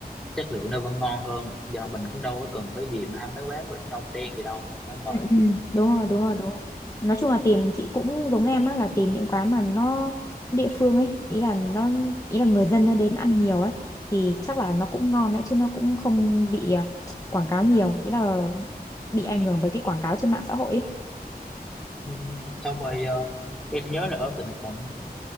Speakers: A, in the centre; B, on the left.
A: chất lượng nó vẫn ngon hơn do mình cũng đâu có cần phải gì mà ăn mấy quán đông đen gì đâu đó mệt
B: ừ, ừ. Đúng rồi, đúng rồi,
A: Ờ.
B: đúng rồi. Nói chung là tìm chị cũng giống em á là tìm những quán mà nó địa phương ấy, ý là nó ý là người dân nó đến ăn nhiều ấy thì chắc là nó cũng ngon đấy chứ nó cũng không bị ờ, quảng cáo nhiều, ý là bị ảnh hưởng bởi cái quảng cáo trên mạng xã hội ấy.
A: ừ. xong rồi ờ, em nhớ là ở Bình Thuận